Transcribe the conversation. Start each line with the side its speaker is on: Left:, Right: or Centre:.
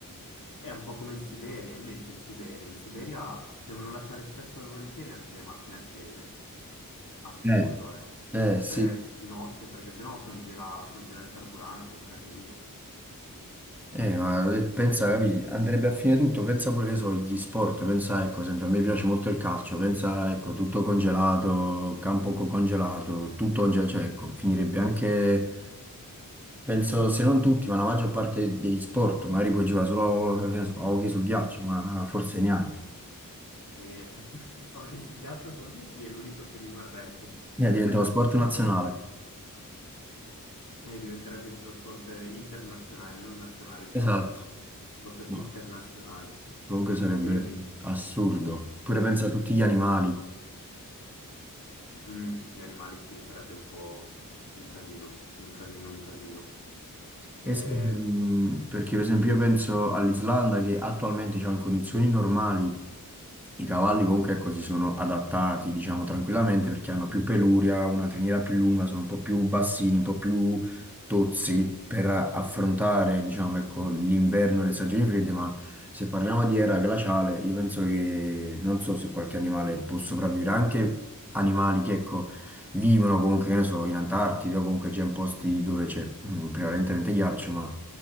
Left: È un po' come in Siberia, in mente in Siberia. In Siberia devono lasciare spesso e volentieri anche le macchine accese. Assurdo,
Centre: Eh.
Left: eh.
Centre: Eh sì,
Left: Per- di notte, perché sennò congela, congela il carburante, è un casino.
Centre: eh, ma eh, pensa, capi, andrebbe a fine tutto, pensa pure che so, gli sport, pensa ecco, ad esempio, a me piace molto il calcio, pensa ecco, tutto congelato, campo co- congelato, tutto congelato, cioè ecco, finirebbe anche... Penso se non tutti, ma la maggior parte degli sport, magari puoi giocare solo che ne so, a hockey sul ghiaccio, ma forse neanche.
Left: E... <laughs> Ok, su ghiaccio forse sì, è l'unico che rimarrebbe.
Centre: Eh,
Left: <laughs>
Centre: diventa lo sport nazionale.
Left: E diventerebbe sì lo sport internazionale, non nazionale stavolta.
Centre: Esatto.
Left: Proprio
Centre: No,
Left: internazionale.
Centre: comunque sarebbe
Left: Che ridere.
Centre: assurdo. Pure pensa a tutti gli animali,
Left: Mm, tutti gli animali sì, sarebbe un po' un casino, un casino, un casino. Eh,
Centre: Eh sì, mm, perché per esempio io penso all'Islanda che attualmente diciamo, in condizioni normali i cavalli comunque ecco, si sono adattati diciamo, tranquillamente perché hanno più peluria, una criniera più lunga, sono un po' più bassini, un po' più tozzi per affrontare diciamo, ecco, l'inverno e le stagioni fredde, ma se parliamo di era glaciale io penso che non so se qualche animale può sopravvivere, anche animali che ecco, vivono comunque, che ne so, in Antartide o comunque già in posti dove c'è mm, prevalentemente ghiaccio, ma